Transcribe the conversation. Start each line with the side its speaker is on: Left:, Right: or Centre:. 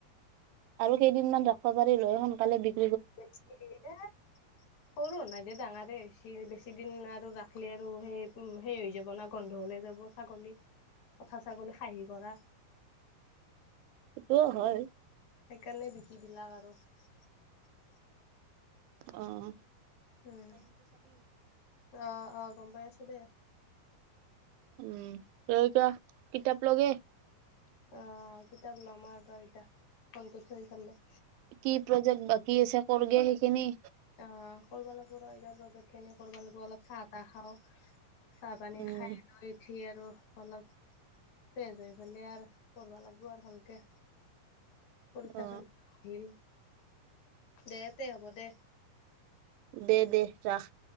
Right: আৰু কেইদিনমান ৰাখবা পাৰি লৈ সোনকালে বিক
Left: কুচ কৰেগা, সৰু আৰু নাইদে ডাঙাৰে হৈছি। হেৰি বেছি দিন না আৰু ৰাখ খিলে আৰু ও সেই উম সে হৈ যাব। বনা গন্ধ হ'লে যাব ছাগলী পঠা ছাগলী খাসী কৰা।
Right: সিটোও হয়।
Left: সেইকাৰণে বিকি দিলা কাক? অ চি চি চি <inaudible>
Right: অ অ।
Left: উম আহ আহ গম পাই আছো দেই
Right: উম, তয় এতিয়া কিতাপ ল গে।
Left: অ অ অ, কিতাপ ল'ম আৰু ৰ এতিয়া ফনটো থৈ এফালে।
Right: কি প্ৰজেক্ট বাকি আছে? কৰগে সেইখিনি
Left: অ কৰিবা লাগব ৰ এতিয়া প্ৰজেক্টখিনি কৰিবা লাগিব অলপ চাহ-তাহ খাওঁ চাহ-পানী
Right: উম
Left: খাই লৈ ইত উঠি আৰু অলপ ফ্ৰেচ হৈ পেলাই আৰ কৰবা লাগব আৰু ভালকে। পৰীক্ষা
Right: অ
Left: চলি আছিল। দে, তে'হ'ব দে।
Right: দে, দে ৰাহ।